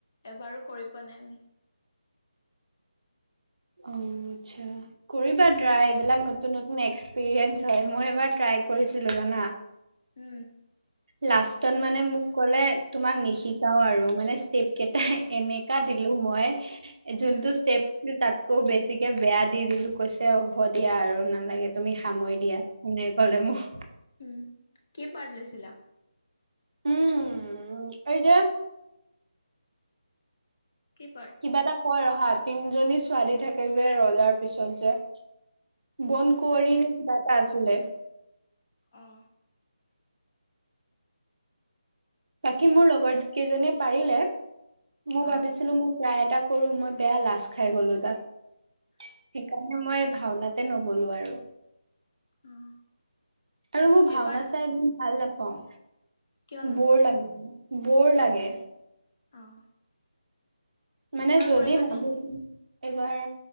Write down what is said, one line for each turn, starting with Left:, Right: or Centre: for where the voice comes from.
Left: এবাৰো কৰি পোৱা নাই আমি
Right: অ আচ্ছা, কৰিবা ট্ৰাই, এইবিলাক নতুন নতুন এক্সপেৰীয়েন্স হয় মই এবাৰ ট্ৰাই কৰিছিলো জানা।
Left: উম।
Right: লাষ্টত মানে মোক ক'লে তোমাক নিশিকাও আৰু মানে ষ্টেপ কে এহে এনেকা দিলো মই, যোনটো
Left: উম
Right: ষ্টেপ কিন্তু তাতকৈও বেছিকে, বেয়া দি দিলো কৈছে। এতিয়া হব দিয়া আৰু, নালাগে তুমি সামৰি দিয়া, হেনেকে কলে মোক।
Left: উম, কি পাৰ্ট লৈছিলা?
Right: উম, এই যে
Left: কি পাৰ্ট?
Right: কিবা এটা কয় আৰু হা, তিনজনী ছোৱালী থাকে যে, ৰজাৰ পিছত যে। বন
Left: তিনিজনী
Right: কুঁৱৰি নে, কিবা এটা আছিলে।
Left: অঁ।
Right: বাকী মোৰ লগৰ কেইজনিয়ে পাৰিলে। মই
Left: অ
Right: ভাবিছিলো, মই ট্ৰাই এটা কৰো, মই বেয়া লাজ খাই গলো তাত। সেইকাৰণে, মই ভাওনাতে নগলো আৰু।
Left: অ।
Right: আৰু মোৰ ভাওনা
Left: এইবাৰ
Right: চাই ভাল নাপাওঁ,
Left: কিয়নো
Right: বৰ লাগে। বৰ লাগে।
Left: অঁ।
Right: মানে যদি
Left: কৰিবানে
Right: <unintelligible> এইবাৰ,